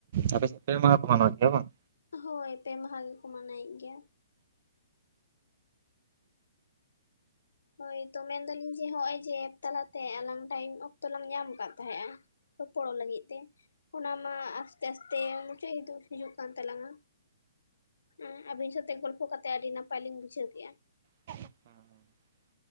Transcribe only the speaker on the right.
ᱟᱯᱮ ᱥᱮᱜ ᱯᱮ ᱢᱟᱦᱟ ᱠᱚ ᱢᱟᱱᱟᱣ ᱜᱮᱭᱟ ᱵᱟᱝ?
<inaudible>